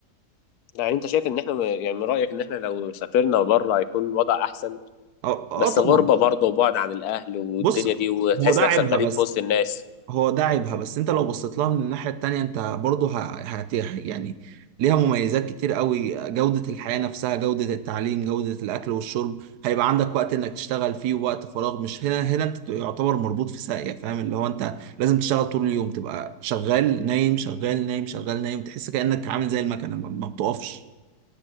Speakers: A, on the left; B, on the right.
A: يعني انت شايف ان احنا م- يعني من رأيك ان احنا لو سافرنا بره هيكون الوضع احسن
B: اه اه
A: بس
B: طبعا
A: غربة برضه وبعد عن الاهل والدنيا
B: بص
A: دي وتحس
B: هو ده
A: نفسك
B: عيبها
A: غريب
B: بس
A: في وسط الناس
B: هو ده عيبها بس انت لو بصيت لها من الناحيه التانيه انت برضه ه- هت يعني ليها مميزات كتير قوي جوده الحياه نفسها جوده التعليم جوده الاكل والشرب هيبقى عندك وقت انك تشتغل فيه ووقت فراغ مش هنا هنا انت يعتبر مربوط في ساقيه فاهم اللي هو انت لازم تشتغل طول اليوم تبقى شغال نايم شغال نايم شغال نايم تحس كانك عامل زي المكنه ما ما بتقفش